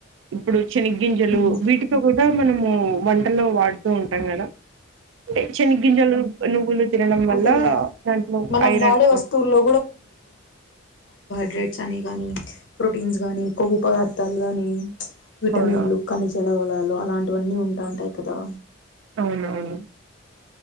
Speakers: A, on the right; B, on the left.
A: ఇప్పుడు శని గింజలు
B: ఉమ్
A: వీటితో కూడా మనము వంటలో వాడుతూ ఉంటాం కదా శనీ గింజలు నువ్వులు తినడం వల్ల
B: అంటే
A: దాంట్లో
B: మనం
A: ఐరన్
B: వాడే వస్తువుల్లో హైడ్రేట్స్ అని కానీ ప్రోటీన్స్ కానీ కొవ్వు పదార్థాలు కానీ విటమిన్లు
A: అవునా
B: కానీ చలవలాలి అలాంటివన్నీ ఉంటాంటాయి కదా
A: అవునవును